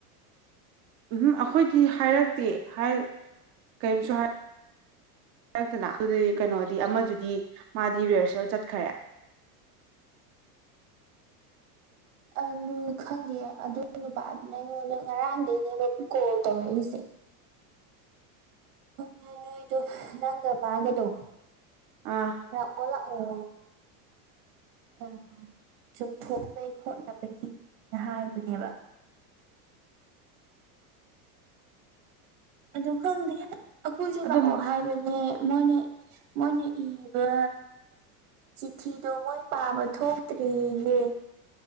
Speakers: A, on the right; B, on the right.
A: ꯎꯝ ꯑꯩꯈꯣꯏꯗꯤ ꯍꯥꯏꯔꯛꯇꯦ ꯀꯔꯤꯝꯁꯨ ꯍꯥꯏ ꯛꯇꯅ ꯑꯗꯨꯗꯤ ꯀꯩꯅꯣꯗꯤ ꯑꯃꯗꯨꯗꯤ ꯃꯥꯗꯤ ꯔꯤꯍꯔꯁꯦꯜ ꯆꯠꯈꯔꯦ
B: ꯑ ꯑꯗꯨ ꯈꯪꯗꯦ ꯑꯗꯨ ꯅꯨꯄꯥ ꯅ ꯑꯩꯉꯣꯟꯗ ꯉꯔꯥꯡꯗꯩꯅꯦꯕ ꯀꯣꯜ ꯇꯧꯔꯛꯏꯁꯦ ꯍ ꯅꯣꯏꯗ ꯅꯪꯒ ꯃꯥꯒꯗꯣ
A: ꯑꯥ
B: ꯅꯪ ꯑꯣꯂꯥꯛꯑꯣ ꯑ ꯆꯣꯡꯊꯣꯛꯅꯕꯒꯤ ꯈꯣꯠꯅꯕꯒꯤꯅ ꯍꯥꯏꯕꯅꯦꯕ ꯑꯗꯨ ꯈꯪꯗꯦ ꯑꯀꯨꯁꯨꯦ
A: ꯑꯗꯨꯝ
B: ꯂꯥꯛꯑꯣ ꯍꯥꯏꯕꯅꯦ ꯃꯣꯏꯅ ꯃꯣꯏꯅ ꯏꯕ ꯆꯤꯊꯤꯗꯣ ꯃꯣꯏ ꯄꯥꯕ ꯊꯣꯛꯇ꯭ꯔꯦꯌꯦꯦ